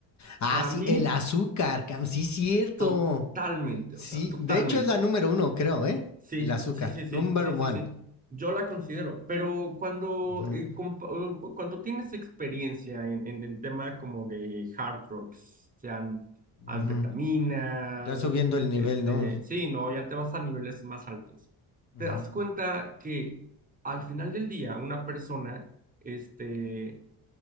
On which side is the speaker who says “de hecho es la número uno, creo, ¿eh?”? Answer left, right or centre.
Left